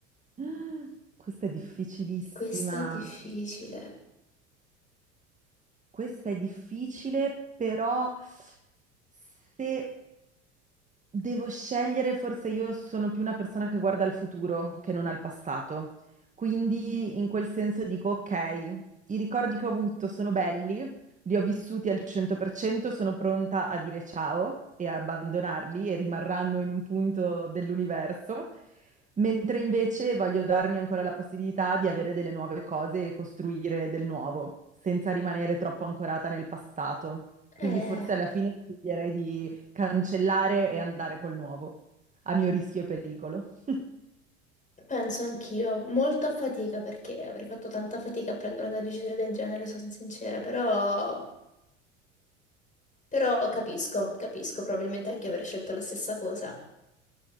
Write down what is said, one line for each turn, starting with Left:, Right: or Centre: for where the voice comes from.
Right: <gasps> Questa è difficilissima.
Left: Questa è difficile.
Right: Questa è difficile, però se devo scegliere, forse io sono più una persona che guarda al futuro che non al passato. Quindi in quel senso dico, ok, i ricordi che ho avuto sono belli, li ho vissuti al 100%, sono pronta a dire ciao e a abbandonarli e rimarranno in un punto dell'universo. mentre invece voglio darmi ancora la possibilità di avere delle nuove cose e costruire del nuovo, senza rimanere troppo ancorata nel passato. Quindi
Left: Eh.
Right: forse alla fine sceglierei di cancellare e andare col nuovo, a mio rischio e pericolo. <laughs>
Left: Penso anch'io, molto a fatica perché avrei fatto tanta fatica a prendere una decisione del genere, sono sincera, però, però capisco, capisco, probabilmente anche io avrei scelto la stessa cosa.